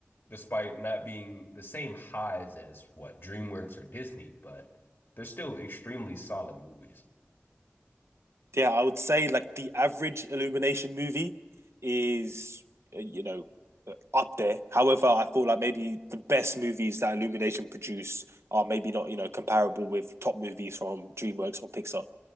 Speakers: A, on the left; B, on the right.
A: despite not being the same highs as what DreamWorks or Disney, but they're still extremely solid movies.
B: Yeah, I would say like the average Illumination movie is uh, you know uh, up there. However, I feel like maybe the best movies that Illumination produce are maybe not you know comparable with top movies from DreamWorks or Pixar.